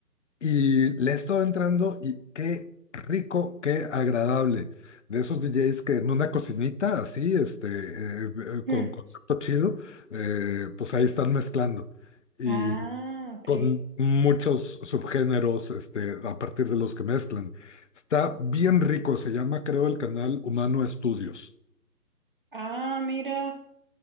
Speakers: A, on the left (about 50°); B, on the right (about 35°).
A: y le he estado entrando y qué rico, qué agradable. De esos DJs que en una cocinita así, este, eh, eh,
B: Mm.
A: con concepto chido, eh, pues ahí están mezclando. Y
B: Ah, ok.
A: con muchos subgéneros, este, a partir de los que mezclan. Está bien rico, se llama, creo, el canal Humano Estudios.
B: Ah, mira,